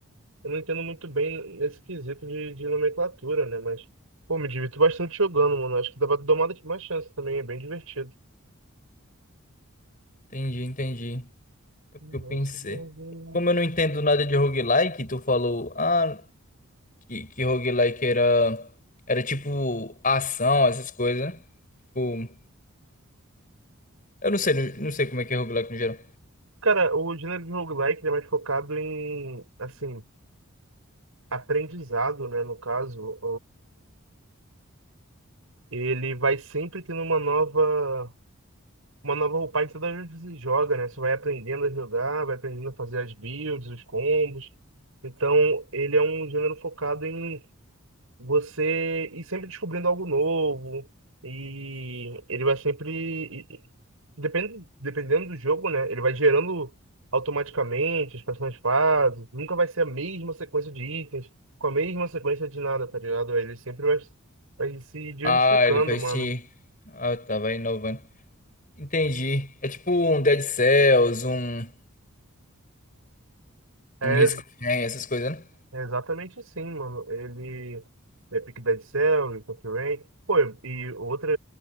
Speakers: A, on the right; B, on the left.
A: eu não entendo muito bem nesse quesito de, de nomenclatura, né? Mas, pô, me divirto bastante jogando, mano, acho que dá pra dar uma, uma chance também, é bem divertido.
B: Entendi, entendi. É porque
A: Nossa,
B: eu pensei.
A: não vi.
B: Como eu não entendo nada de roguelike, tu falou, ah, que, que roguelike era, era tipo ação, essas coisas, né? Tipo, eu não sei, não sei como é que é roguelike no geral.
A: Cara, o gênero de roguelike ele é mais focado em, assim, aprendizado, né? No caso, ele vai sempre tendo uma nova, uma nova roupagem toda vez que você joga, né? Você vai aprendendo a jogar, vai aprendendo a fazer as builds, os combos. Então, ele é um gênero focado em você ir sempre descobrindo algo novo. E ele vai sempre. e- e- Dependendo, dependendo do jogo, né? Ele vai gerando automaticamente as próximas fases. Nunca vai ser a mesma sequência de itens, com a mesma sequência de nada, tá ligado? Ele sempre vai, vai se diversificando,
B: Ah, ele vai
A: mano.
B: se. Ah, tá, vai inovando. Entendi. É tipo um Dead Cells, um,
A: É,
B: um Risk of Rain, essas coisas, né?
A: É exatamente sim mano. Ele é pique Dead Cell, Rick of Rain. Pô, e outra,